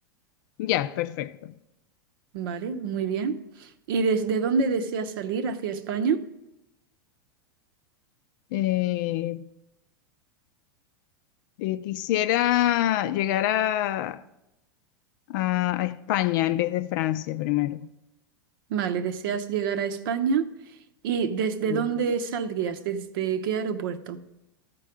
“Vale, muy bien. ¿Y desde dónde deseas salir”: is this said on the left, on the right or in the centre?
Right